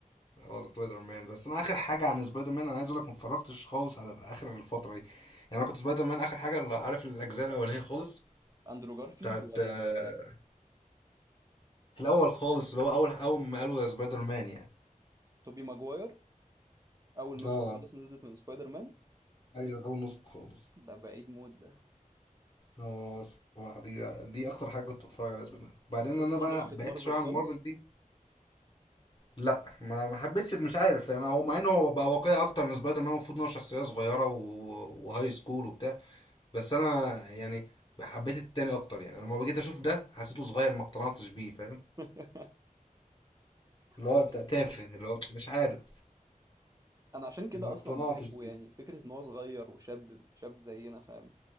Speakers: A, on the left (about 30°); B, on the right (about 25°).
A: اه سبايدر مان بس انا اخر حاجه عن سبايدر مان انا عايز اقول لك ما اتفرجتش خالص على اخر الفتره دي يعني انا كنت سبايدر مان اخر حاجه اللي عارف الاجزاء الاولانيه خالص
B: اندرو جارفيلد
A: بتاعت
B: ولا
A: آه،
B: انت
A: في الاول خالص اللي هو اول اول ما قالوا ده سبايدر مان يعني
B: توبي ماجواير اول
A: اه
B: نسخة خالص نزلت من سبايدر مان
A: ايوه اول نص خالص
B: ده بعيد موت ده
A: اه الصراحه دي دي اكتر حاجه كنت بتفرج عليها سبايدر مان وبعدين
B: ما شفتش
A: انا بقى
B: نسخة
A: بعدت
B: مارفل
A: شويه
B: خالص
A: عن مارفل دي لا ما ما حبيتش مش عارف انا هو مع انه هو بقى واقعي اكتر من سبايدر مان المفروض ان هو شخصيه صغيره و... وهاي سكول وبتاع بس انا يعني حبيت التاني اكتر يعني لما جيت اشوف ده حسيته صغير ما اقتنعتش بيه فاهم
B: <laughs>
A: اللي هو
B: بس
A: انت تافه اللي هو مش عارف
B: انا عشان كده
A: ما اقتنعتش
B: اصلا بحبه
A: بيه
B: يعني فكرة ان هو صغير وشاب شاب زينا فاهم